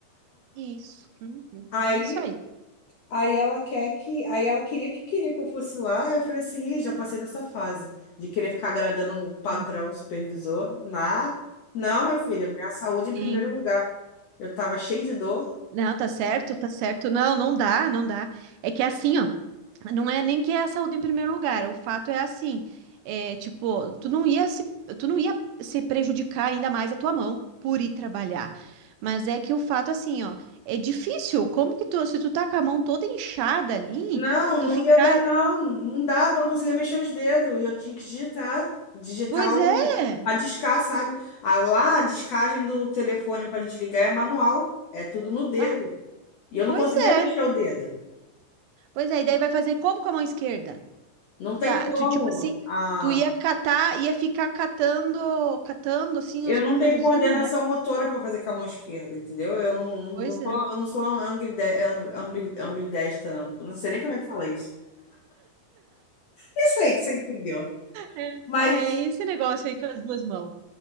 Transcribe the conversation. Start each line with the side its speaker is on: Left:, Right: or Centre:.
Right: Isso. Uhum.
Left: Aí,
Right: Bem isso aí.
Left: aí ela quer que, aí ela queria que queria que eu fosse lá, eu falei assim, Ih, já passei dessa fase de querer ficar agradando um patrão,
Right: Hum,
Left: um supervisor. Nah, não, minha filha, minha saúde em
Right: Sim.
Left: primeiro lugar. Eu tava cheia de dor,
Right: Não, tá certo, tá certo. Não, não dá, não dá. É que é assim, ó. Não é nem que é a saúde em primeiro lugar. O fato é assim. É, tipo, tu não ia se, tu não ia se prejudicar ainda mais a tua mão por ir trabalhar. Mas é que o fato, assim, ó, é difícil. Como que tu, se tu tá com a mão toda inchada ali,
Left: Não, não
Right: tu ficar.
Left: ia dar, não. Não dava, não conseguia mexer os dedos. E eu tinha que digitar. Digitar
Right: Pois
Left: o,
Right: é!
Left: a discar, sabe? A, lá, a discagem do telefone pra gente ligar é manual. É tudo no dedo.
Right: Ah,
Left: E eu
Right: pois
Left: não conseguia mexer
Right: é.
Left: o dedo.
Right: Pois é, e daí vai fazer como com a mão esquerda?
Left: Não tem
Right: Tá,
Left: como.
Right: tu, tipo assim,
Left: Ah,
Right: tu ia catar, ia ficar catando, catando assim
Left: eu
Right: os
Left: não
Right: numerozinhos,
Left: tenho coordenação
Right: né?
Left: motora para fazer com a mão esquerda, entendeu? Eu não, não,
Right: Pois
Left: não sou,
Right: é.
Left: eu não sou angride- am- ambi- ambidestra, não. Eu não sei nem como é que fala isso. Isso aí que você entendeu.
Right: É,
Left: Mas.
Right: é, e esse negócio aí com as duas mãos.